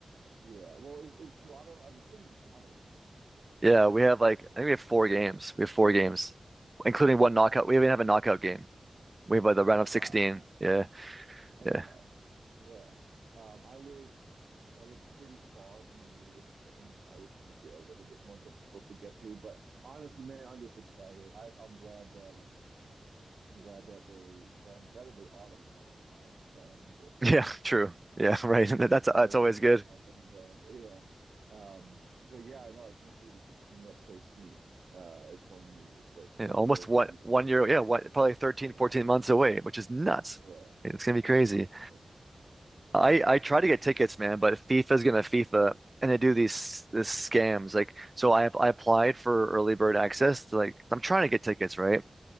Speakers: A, on the right; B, on the right.
A: yeah. Well, is, is Toronto? I'm assuming Toronto is going to have some games
B: Yeah,
A: hosting
B: we have like
A: there,
B: I think we have
A: right?
B: four games. We have four games, including
A: Okay.
B: one knockout. We even have a knockout game. We have like the
A: Oh,
B: round of
A: wow.
B: 16.
A: Nice.
B: Yeah.
A: Okay.
B: Yeah. <laughs>
A: Yeah. Um, I live I live pretty far from the nearest game, uh, which would make it a little bit more difficult to get to. But honestly, man, I'm just excited. I, I'm glad that uh, I'm glad that they, well, I'm glad that they auto qualified without having to go through
B: Yeah,
A: qualification
B: true. Yeah,
A: because
B: <laughs>
A: you
B: right.
A: never
B: That's
A: know
B: that's
A: what's
B: always
A: going
B: good.
A: to happen in there. <laughs> Yeah. Um, but yeah, I know I can't believe it's it's coming up so soon. Uh, it's only it's like
B: you
A: a
B: know,
A: little
B: almost
A: over
B: what
A: a year
B: one
A: away.
B: year, yeah, what probably thirteen,
A: Uh,
B: 14 months away, which is nuts.
A: yeah,
B: It's gonna be crazy.
A: I know. That's insane. Yeah.
B: I I try
A: Yeah.
B: to get tickets, man, but FIFA's gonna FIFA and they do these these scams. Like, so I I applied for early bird access to like I'm trying to get tickets, right?